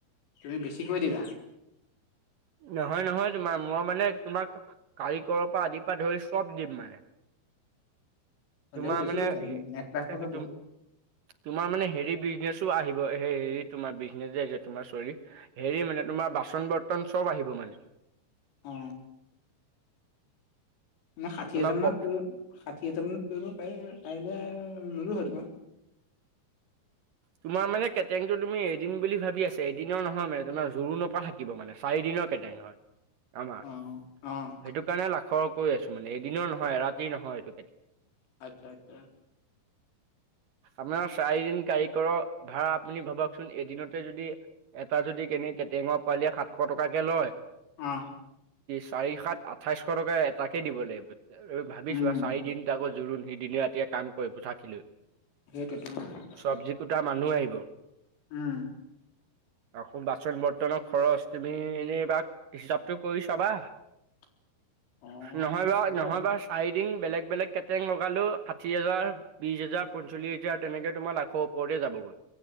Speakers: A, on the left; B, on the right.
A: তুমি বেছি কৈ দিলা।
B: নহয় নহয় তোমাৰ মই মানে তোমাক কাৰিকৰৰ পৰা আদিৰ পৰা ধৰি চব দিম মানে।
A: হ'লেও
B: তোমাৰ
A: বেছি
B: মানে
A: কৈছা তুমি এক লাখ টকা
B: <inaudible>
A: বহুত
B: তোমাৰ মানে হেৰি বিজনেছো আহিব হে তোমাৰ বিজনেচ তোমাৰ চৰি, হেৰি মানে তোমাৰ বাচন বৰ্তন চব আহিব মানে।
A: অ, মানে ষাঠি
B: তোমাৰ
A: হোজাৰানত
B: কফি
A: ষাঠি হেজাৰ মানত পৰি পাৰ পাৰিলে ল'লোঁ হয় তোমাক।
B: তোমাৰ মানে কেটেংটো তুমি এদিন বুলি ভাবি আছে এদিনৰ নহয় মানে তোমাৰ জোৰৰু ন পৰা থাকিব মানে চাৰিদিনৰ কেটেং। <inaudible> আমাৰ
A: অ' অ'
B: সেইটো <inaudible> কাৰণে লাখৰ আছোঁ মানে এদিনৰ নহয় ৰাতিৰ নহয় এইটো <inaudible>
A: আচ্ছা আচ্ছা।
B: আমাৰ চাৰিদিন কাৰিকৰৰ ভাড়া আপুনি ভাবকচোন এদিনতে যদি, এটা যদি কেনে কেটেঙৰ পোৱালিয়ে সাতশ টকাকে লয়,
A: অ,
B: চাৰি সাত আঠাইশশ টকা এটাকে দিব লাগিব ভাবিছোৱা
A: উম
B: চাৰিদিন আাকত জোৰোণ সি দিনে ৰাতিয়ে কাম কৰিব থাকি লৈ।
A: সেইটো তোমাৰ
B: চব্জি কোটা মানুহ আহিব।
A: উম,
B: আকৌ বাচন বৰ্তনৰ খৰচ তুমি এনেই এইবাক হিচাপতটো কৰি চাবা।
A: <unintelligible>
B: নহয় বা
A: হ'ব
B: নহয়
A: বাৰু
B: বাচ <inaudible> বেলেগ বেলেগ কেটেং লগালো ষাঠি হোজাৰ বিশ হোজাৰ পঞ্চল্লিশ হাজাৰ তেনেকে তোমাৰ লাখৰ ওপৰতে যাবগৈ।